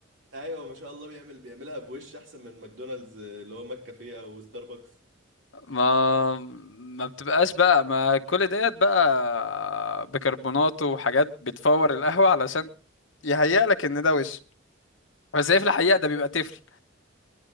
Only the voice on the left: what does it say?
ما ما بتبقاش بقى ما كل ديت بقى بيكربونات وحاجات بتفور القهوة علشان يهيأ لك ان ده وش بس هي في الحقيقة ده بيبقى تفل